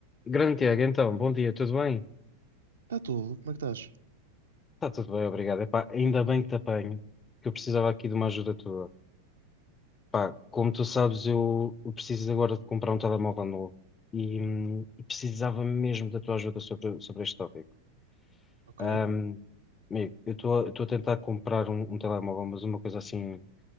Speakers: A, on the left; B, on the right.
A: Grande Tiago, então, bom dia, tudo bem?
B: Está tudo, como é que estás?
A: Está tudo bem, obrigado. Epá, ainda bem que te apanho, que eu precisava aqui de uma ajuda tua. Pá, como tu sabes, eu, eu preciso agora de comprar um telemóvel novo e, hum, e precisava mesmo da tua ajuda sobre, sobre este tópico.
B: Ok.
A: Ahm, amigo, eu estou a estou a tentar comprar um, um telemóvel, mas uma coisa assim